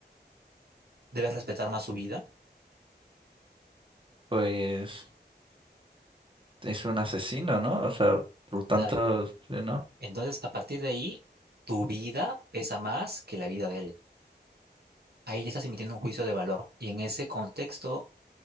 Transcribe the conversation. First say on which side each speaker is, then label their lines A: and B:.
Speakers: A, on the right; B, on the right.
A: debes respetar más su vida.
B: Pues es un asesino, ¿no? O sea, por tanto,
A: Claro.
B: sí, ¿no?
A: Entonces, a partir de ahí, tu vida pesa más que la vida de él. Ahí ya estás emitiendo un juicio de valor. Y en ese contexto,